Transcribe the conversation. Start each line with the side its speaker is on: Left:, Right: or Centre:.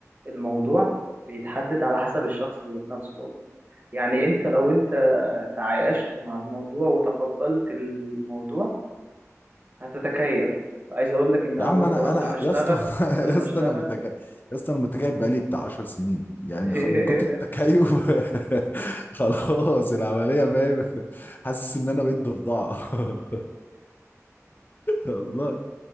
Right: الموضوع بيتحدد على حسب الشخص ذات نفسه والله يعني انت لو انت تعايشت مع الموضوع وتقبلت الموضوع هتتكيف عايز اقول لك ان
Left: يا
Right: انا
Left: عم
Right: برضو
Left: انا
Right: قبل
Left: انا
Right: ما اشتغل
Left: يا اسطى <laughs>
Right: قبل
Left: يا
Right: ما
Left: اسطى
Right: اشتغل
Left: انا متك يا اسطى انا متكيف بقالي بتاع 10 سنين يعني
Right: <laughs>
Left: خ- من كتر التكيف <laughs> خلاص العمليه فاهم حاسس ان انا بقيت ضفدعه <laughs> الله